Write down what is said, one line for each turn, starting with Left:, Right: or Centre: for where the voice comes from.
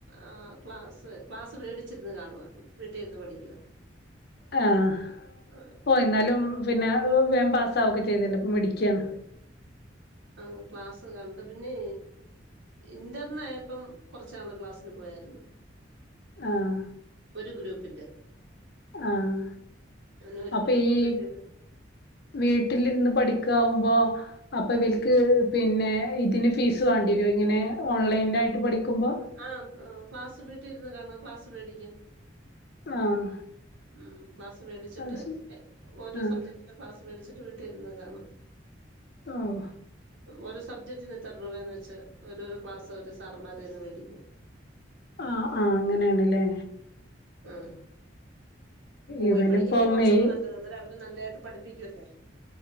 Right: ആഹ് ക്ലാസ്സ് ക്ലാസ്സ് വേടിച്ചിരുന്ന് കാണുവ വീട്ടിലിരുന്ന് പഠിക്കുവാ
Left: ആഹ്
Right: ആ.
Left: ഓ എന്നാലും പിന്നെ വേഗം പാസ്സാവൊക്കെ ചെയ്തല്ല അപ്പ മിടിക്കിയാണ്
Right: ആഹ് ക്ലാസ്സ് കണ്ട് പിന്നെ ഇന്ററിനായപ്പം കുറച്ച് ക്ലാസ്സിന് പോയായിരുന്നു
Left: ആഹ്
Right: ഒരു ഗ്രൂപ്പിന്റെ
Left: ആഹ്
Right: പിന്നെ ഒരു
Left: അപ്പൊ
Right: ഗ്രൂപ്പ്
Left: ഈ
Right: വീട്ടിരുന്ന്
Left: വീട്ടിലിരുന്ന് പഠിക്കാവുമ്പോ അപ്പോ ഇവൽക്ക് പിന്നെ ഇതിന് ഫീസ് വേണ്ടിരോ ഇങ്ങനെ ഓൺലൈനായിട്ട് പഠിക്കുമ്പോ
Right: ആഹ് ക്ലാസ് വീട്ടിൽ ഇര്ന്ന് കാണം ക്ലാസ്സ് വെടിക്കും
Left: ആഹ്
Right: ഉം ക്ലാസ്സ് വേടിച്ചിട്ട്
Left: അത് ശരി
Right: ഓരോ
Left: ആഹ്
Right: സബ്ജക്ടി ക്ലാസ്സ് വെടിച്ചിട്ട് വീട്ടിരുന്ന് കാണാ
Left: ഓഹ്
Right: ഓരോ സബ്ജക്റ്റന് ഇത്ര രൂപയന്ന് വെച്ച ഒരുരു ക്ലാസ് ഒരു സാർമാരേന്ന് വേടിക്കും
Left: ആഹ് ആഹ് അങ്ങനെയാണ്ല്ലേ
Right: ആഹ് പോയി
Left: ഇവനിപ്പോ
Right: പഠിക്കുന്നേ കുറച്ചൂടെ
Left: മെയ്
Right: നല്ലത് അന്നേരം അവര് നല്ലേയിട്ട് പഠിപ്പിക്കുവല്ലേ